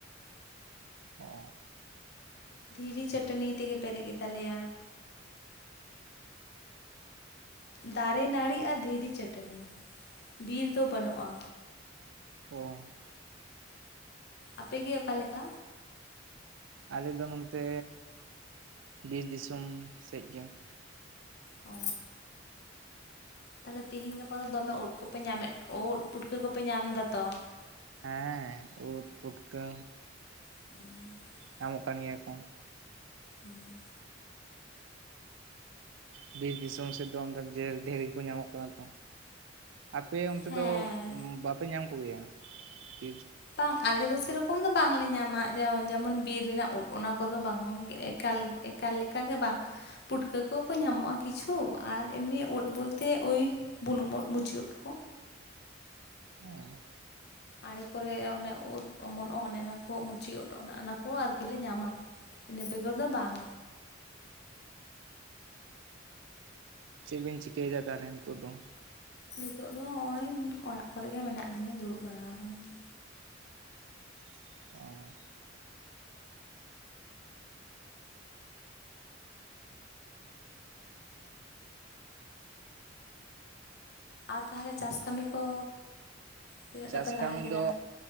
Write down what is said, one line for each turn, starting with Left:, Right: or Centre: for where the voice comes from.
Right: ᱚ
Left: ᱫᱷᱤᱨᱤ ᱪᱟᱹᱴᱟᱹᱱᱤ ᱛᱮᱜᱮ ᱯᱮᱨᱮᱡ ᱜᱮᱛᱟᱞᱮᱭᱟ᱾ ᱫᱟᱨᱮᱱᱟᱹᱲᱤ ᱟᱨ ᱫᱷᱤᱨᱤ ᱪᱟᱹᱴᱟᱹᱱᱤ ᱵᱤᱨ ᱫᱚ ᱵᱟᱹᱱᱩᱜᱼᱟ᱾
Right: ᱚ
Left: ᱟᱯᱮ ᱜᱮ ᱚᱠᱟ ᱞᱮᱠᱟ?
Right: ᱟᱞᱮᱫᱚ ᱱᱚᱱᱛᱮ ᱵᱤᱨ ᱫᱤᱥᱚᱢ ᱥᱮᱫ ᱜᱮ᱾
Left: ᱚ ᱛᱟᱦᱚᱞᱮ ᱛᱤᱦᱤᱧ ᱜᱟᱯᱟ ᱫᱚ ᱫᱚᱢᱮ ᱳᱫ ᱠᱚᱯᱮ ᱧᱟᱢᱮᱫ ᱳᱫ ᱯᱩᱴᱠᱟᱹ ᱠᱚᱯᱮ ᱧᱟᱢ ᱫᱟ ᱛᱚ?
Right: ᱦᱮᱸ ᱩᱫ ᱯᱩᱴᱠᱟᱹ
Left: <unintelligible>
Right: ᱧᱟᱢᱚᱜ ᱠᱟᱱ ᱜᱮᱭᱟ ᱠᱚ,
Left: ᱦᱮᱸ
Right: ᱵᱤᱨ ᱫᱤᱥᱚᱢ ᱥᱮᱫ ᱫᱚ ᱰᱮᱨ ᱰᱷᱮᱨ ᱜᱮ ᱠᱚ ᱧᱟᱢᱚᱜ ᱠᱟᱱᱟ ᱛᱚ, ᱟᱯᱮ ᱚᱱᱛᱮ
Left: ᱦᱮᱸ
Right: ᱫᱚ ᱵᱟᱯᱮ ᱧᱟᱢ ᱠᱚ ᱜᱮᱭᱟ <unintelligible>
Left: ᱵᱟᱝ ᱟᱞᱮ ᱫᱚ ᱥᱮᱨᱚᱼᱼ ᱚᱢ ᱫᱚ ᱵᱟᱝᱞᱮ ᱧᱟᱢᱟ ᱡᱮᱢᱚᱱ ᱵᱤᱨ ᱨᱮᱱᱟᱜ ᱩᱫ ᱚᱱᱟ ᱠᱚᱫᱚ ᱵᱟᱝ ᱮᱠᱟᱞ ᱮᱠᱟᱞ ᱞᱮᱠᱟᱜᱮ ᱵᱟᱝ᱾ ᱯᱩᱴᱠᱟᱹ ᱠᱚᱠᱚ ᱧᱟᱢᱚᱜᱼᱟ ᱠᱤᱪᱷᱩ ᱟᱨ ᱮᱢᱱᱤ ᱳᱫ ᱵᱚᱞᱛᱮ ᱳᱭᱼᱼ ᱵᱩᱱᱩᱢ ᱳᱫ ᱢᱩᱪᱤ ᱳᱫ ᱠᱚᱼᱼ
Right: ᱚ᱾
Left: ᱟᱲᱮ ᱠᱚᱨᱮ ᱚᱱᱮ ᱩᱫ ᱚᱢᱚᱱᱚᱜᱼᱟ, ᱚᱱᱮ ᱚᱱᱟ ᱠᱚ ᱢᱩᱪᱤ ᱩᱫ ᱚᱱᱮ ᱚᱱᱟ ᱠᱚ ᱟᱨᱠᱤ ᱞᱮ ᱧᱟᱢᱟ᱾ ᱤᱱᱟᱹ ᱵᱮᱜᱚᱨ ᱫᱚ ᱵᱟᱝ᱾
Right: ᱪᱮᱫ ᱵᱤᱱ ᱪᱤᱠᱟᱹᱭᱮᱫᱟ ᱛᱟᱦᱚᱞᱮ ᱱᱤᱛᱚᱜ ᱫᱚ?
Left: ᱱᱤᱛᱚᱜ ᱫᱚ ᱱᱚᱜᱼᱚᱭ ᱚᱲᱟᱜ ᱠᱚᱨᱮᱜ ᱜᱮ ᱢᱮᱱᱟᱜ ᱞᱤᱧᱟᱹ ᱫᱩᱲᱩᱵ ᱵᱟᱲᱟ ᱟᱠᱟᱱᱟ ᱞᱤᱧ᱾
Right: ᱚ
Left: ᱟᱨ ᱛᱟᱦᱚᱞᱮ ᱪᱟᱥ ᱠᱟᱹᱢᱤ ᱠᱚ? ᱛᱤᱱᱟᱹᱜ
Right: ᱪᱟᱥ
Left: ᱴᱟ ᱯᱮ ᱞᱟᱦᱟ
Right: ᱠᱟᱹᱢᱤ
Left: ᱠᱮᱫᱟ
Right: ᱫᱚ